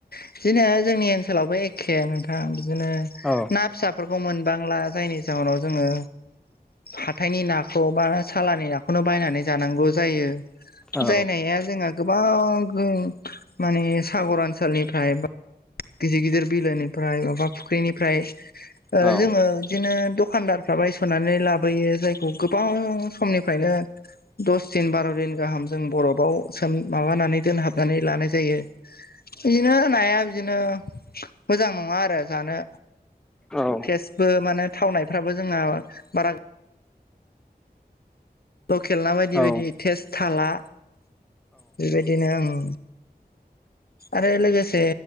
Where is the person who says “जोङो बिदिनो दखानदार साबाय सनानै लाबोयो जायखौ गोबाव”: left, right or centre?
Left